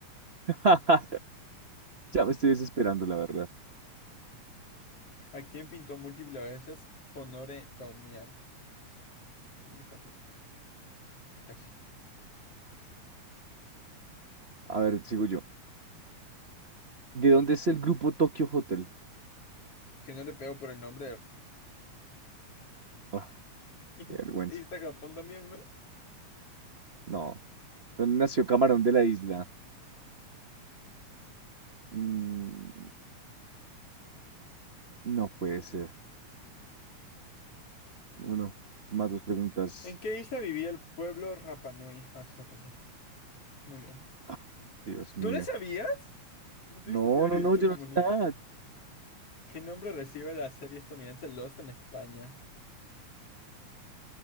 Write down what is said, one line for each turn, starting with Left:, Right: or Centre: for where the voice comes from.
Right: <laughs> Ya me estoy desesperando, la verdad.
Left: ¿A quién pintó múltiples veces Honoré Daumier? Muy fácil. Casi.
Right: A ver, sigo yo. ¿De dónde es el grupo Tokyo Hotel?
Left: Si no le pego por el nombre
Right: Ah,
Left: de...
Right: qué vergüenza.
Left: <laughs> Isla Japón también, ¿no?
Right: No. ¿Dónde nació Camarón de la Isla? Mm, no puede ser. Uno, más dos preguntas.
Left: ¿En qué isla vivía el pueblo Rapanui? Ah, eso está fácil. Muy bien.
Right: Ah, Dios mío.
Left: ¿No le sabías? ¿No te
Right: No,
Left: viste el video
Right: no,
Left: de Luisito
Right: no, yo
Left: Comunica?
Right: no sé nada.
Left: ¿Qué nombre recibe la serie estadounidense Lost en España?